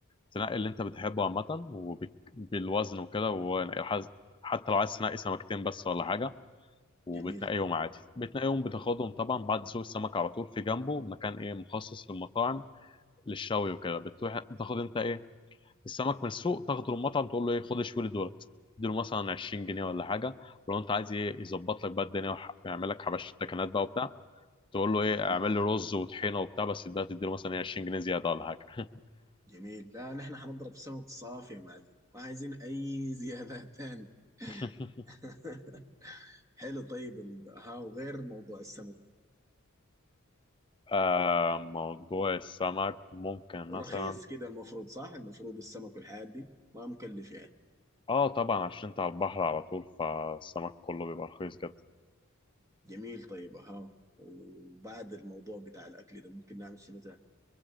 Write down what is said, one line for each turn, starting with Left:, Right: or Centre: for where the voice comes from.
Left: تنقي اللي انت بتحبه عامة وبالوزن وكده وحز- حتى لو عايز تنقي سمكتين بس ولا حاجة وبتنقيهم
Right: جميل
Left: عادي بتنقيهم بتاخدهم طبعا بعد سوق السمك على طول في جنبه مكان ايه مخصص للمطاعم للشوي وكده بتروح تاخد انت ايه السمك من السوق تاخده للمطعم تقول له ايه خد اشوي لي دولت تديله مثلا 20 جنيه ولا حاجة ولو انت عايز ايه يظبط لك بقى الدنيا وح- ويعمل لك حبش تكنات بقى وبتاع تقول له
Right: اها
Left: ايه اعمل لي رز وطحينة وبتاع بس ده تديله مثلا إيه 20 جنيه زيادة ولا حاجة
Right: جميل لا نحن حنضرب سمك صافي يا معلم ما عايزين اي زيادات تاني
Left: <laughs>
Right: <laughs> حلو طيب ال- ها وغير موضوع السمك ده
Left: آه موضوع السمك ممكن
Right: ورخيص
Left: مثلا
Right: كده المفروض صح المفروض السمك والحاجات دي ما مكلف يعني
Left: اه طبعا عشان انت على البحر على طول فالسمك كله بيبقى رخيص جدا
Right: جميل طيب ها وبعد الموضوع بتاع الاكل ده ممكن نعمل شنو تاني